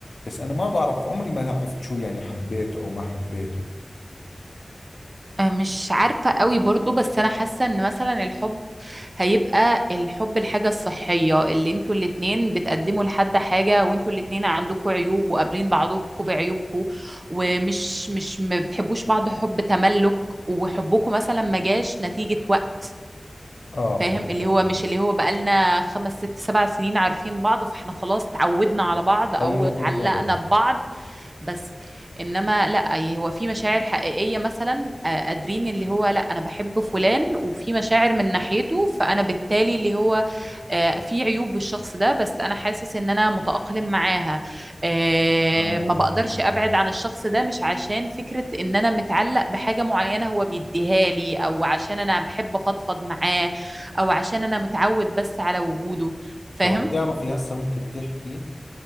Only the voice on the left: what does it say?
بس انا ما بعرف عمري ما عرفت شو يعني حبيته او ما حبيته
اه
فهمت
علي.
ايوه
بالضبط
اه
اه
فهمت
علي.
طب بتعرفي هسه وانت بتحكي